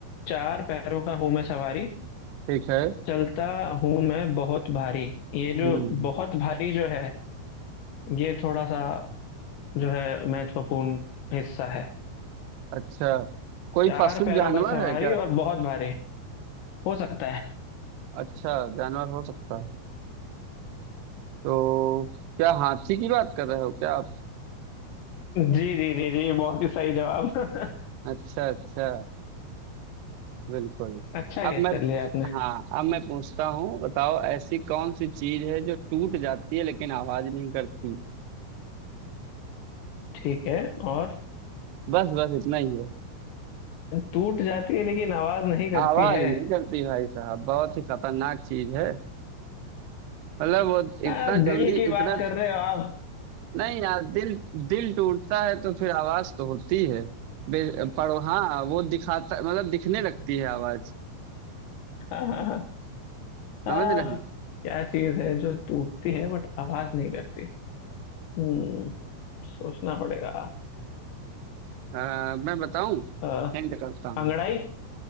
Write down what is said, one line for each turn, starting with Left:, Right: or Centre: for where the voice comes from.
Left: चार पैरों का हूँ मैं सवारी
Right: ठीक है
Left: चलता हूँ मैं बहुत भारी ये जो
Right: हम्म
Left: बहुत भारी जो है ये थोड़ा सा जो है महत्वपूर्ण हिस्सा है
Right: अच्छा कोई
Left: चार
Right: पशु
Left: पैरों
Right: जानवर
Left: का सवारी
Right: है क्या
Left: और बहुत भारी हो सकता है
Right: अच्छा जानवर हो सकता है तो क्या हाथी की बात कर रहे हो क्या आप
Left: जी जी जी जी बहुत ही सही जवाब <laughs>
Right: अच्छा अच्छा बिल्कुल
Left: अच्छा
Right: अब
Left: गेस
Right: मैं
Left: कर लिया आपने
Right: हाँ अब मैं पूछता हूँ बताओ ऐसी कौन सी चीज है जो टूट जाती है लेकिन आवाज नहीं करती
Left: ठीक है और
Right: बस बस इतना ही है
Left: टूट जाती है लेकिन आवाज नहीं करती
Right: आवाज
Left: है
Right: नहीं करती भाई साहब बहुत ही खतरनाक चीज है मतलब वो
Left: आ,
Right: इतना जल्दी
Left: दिल की बात
Right: इतना
Left: कर रहे हो आप
Right: नहीं यार दिल दिल टूटता है तो फिर आवाज तो होती है बे- पढ़ो हाँ वो दिखाता मतलब दिखने लगती है आवाज
Left: <laughs> आ,
Right: समझ
Left: क्या
Right: रहे हैं
Left: चीज है जो टूटती है बट आवाज नहीं करती हम्म सोचना पड़ेगा
Right: अ, मैं बताऊं
Left: आ,
Right: हिंट करता हूँ
Left: अंगड़ाई